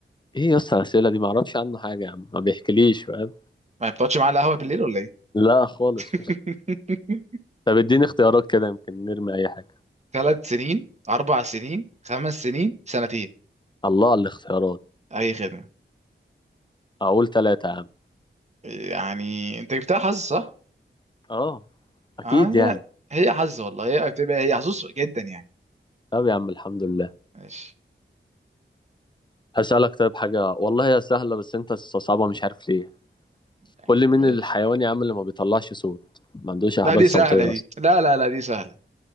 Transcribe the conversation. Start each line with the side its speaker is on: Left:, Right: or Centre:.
Left: إيه يا اسطى الأسئلة دي معرفش عنه حاجة يا عم ما بيحكيليش فاهم
Right: ما بتقعدش معاه على القهوه بالليل ولا
Left: لا خالص
Right: ايه <laughs>
Left: <laughs> طب اديني اختيارات كده يمكن نرمي أي حاجة
Right: ثلاث سنين اربع سنين خمس سنين سنتين
Left: الله على الاختيارات
Right: اي خدمه
Left: أقول ثلاثة يا عم
Right: يعني انت جبتها حظ صح
Left: أه أكيد
Right: اه لا
Left: يعني
Right: هي حظ والله هي بتبقى هي حظوظ جدا يعني
Left: طب يا عم الحمد لله
Right: ماشي
Left: هسألك طيب حاجة والله هي سهلة بس أنت صعبة مش عارف ليه
Right: يعني
Left: قول لي مين
Right: ماشي
Left: الحيوان يا عم اللي ما بيطلعش صوت ما عندوش أحبال
Right: لا دي
Left: صوتية
Right: سهله دي
Left: أصلا
Right: لا لا لا دي سهله